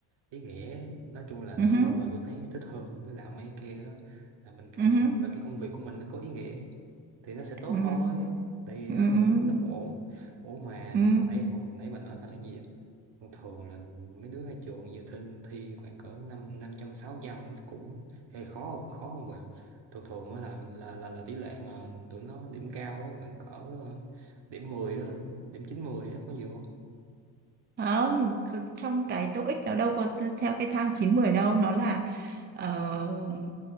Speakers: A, on the right; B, on the right.
A: ý nghĩa nói chung là
B: Ừ
A: làm
B: hứ,
A: giáo dục là tôi thấy thích hơn với làm mấy kia á. là mình cảm
B: ừ
A: nhận
B: hứ.
A: được là cái công việc của mình nó có ý nghĩa thì nó sẽ tốt
B: ừ,
A: thôi thì
B: ừ,
A: ờ,
B: ừ.
A: tôi thấy nó cũng ổn ổn mà
B: ừ.
A: hồi nãy hồi nãy bà nói là cái gì thường thường là mấy đứa ra trường giờ thi thi khoảng cỡ năm năm trăm sáu trăm cũng hơi khó không khó không bà thường thường á là là là, là tỷ lệ mà tụi nó điểm cao á, khoảng cỡ ờ, điểm 10 á, điểm 90 á có nhiều
B: Không, c- trong cái TOEIC nó đâu có t- theo cái thang chín mười đâu, nó là ờ,